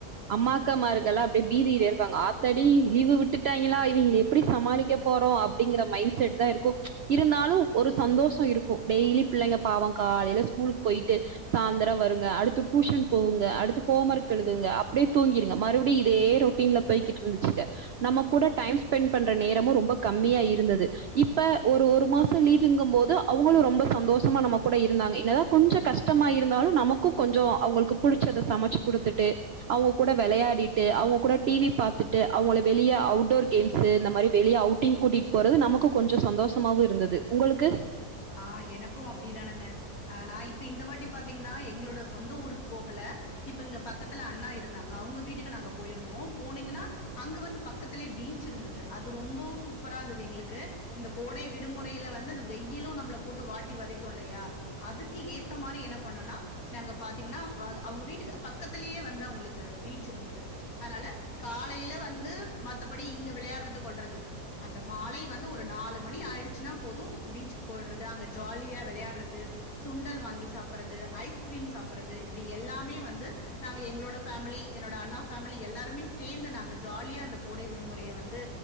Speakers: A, on the right (about 85°); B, on the left (about 60°).
A: அம்மா அக்காமருக்கெல்லாம் அப்டியே பீதியில இருப்பாங்க ஆத்தடி லீவு விட்டுட்டாங்களா இவங்க எப்டி சமாளிக்க போறோம் அப்டிங்கிற மைண்ட் செட் தான் இருக்கும் இருந்தாலும் ஒரு சந்தோஷம் இருக்கும் டெய்லி பிள்ளைங்க பாவங்க காலையில ஸ்கூலுக்கு போயிட்டு சாயந்திரம் வருங்க அடுத்து டியூஷன் போகுங்க அடுத்து ஹோம் ஒர்க் எழுதுங்க அப் அப்டியே தூங்கிருங்க மறுபடியும் இதே ரொட்டீன்ல போய்கிட்டு இருந்துச்சுக்க நம்ம கூட டைம் ஸ்பெண்ட் பண்ற நேரமும் ரொம்ப கம்மியா இருந்தது இப்ப ஒரு ஒரு மாசம் லீவ்கும் போது அவங்களும் ரொம்ப சந்தோஷமா நம்ம கூட இருந்தாங்க என்னதான் கொஞ்சம் கஷ்டமா இருந்தாலும் நமக்கும் கொஞ்சம் அவங்களுக்கு புடிச்சத சமைச்சு குடுத்துகிட்டு அவங்க கூட விளையாடிட்டு அவங்க கூட டிவி பாத்துட்டு அவங்கள வெளிய அவுட்டோர் கேம்ஸ் இந்த மாதிரி வெளிய அவுட்டிங் கூட்டிட்டு போறது நமக்கு கொஞ்சம் சந்தோஷமாவும் இருந்தது உங்களுக்கு
B: ஆஹ் எனக்கும் அப்டிதானங்க ஆஹ் நான் இப்ப இந்த வாட்டி பாத்தீங்கன்னா எங்களோட சொந்த ஊருக்கு போகல இப்ப இங்க பக்கத்துல அண்ணா இருந்தாங்க அவங்க வீட்டுக்கு நாங்க போயிருந்தோம் போனீங்கன்னா அங்க வந்து பக்கத்திலேயே பீச் இருந்தது அது ரொம்பவும் சூப்பரா இருந்தது எங்களுக்கு இந்த கோடை விடுமுறையில வந்து அது வெயிலும் நம்ம போட்டு வாட்டி வதைக்கும் இல்லையா அதுக்கு ஏத்த மாரி என்ன பண்ணுனம்னா நாங்க பாத்திங்கனா அ அவுங்க வீட்டு பக்கத்திலே அவங்களுக்கு பீச் இருந்தது அதனால காலையில வந்து மத்தபடி இங்க விளையாடுறது கொல்றது அந்த மாலை வந்து ஒரு நாலு மணி ஆயடுச்சுனா போதும் பீச் போயடுறது அங்க ஜாலியா விளையாடுறது சுண்டல் வாங்கி சாப்படுறது ஐஸ்கிரீம் சாப்படுறது இப்படி எல்லாமே வந்து நாங்க எங்களோட பேமிலி என்னோட அண்ணா பேமிலி எல்லாருமே சேர்ந்து நாங்க ஜாலியா அந்த கோடை விடுமுறைய வந்து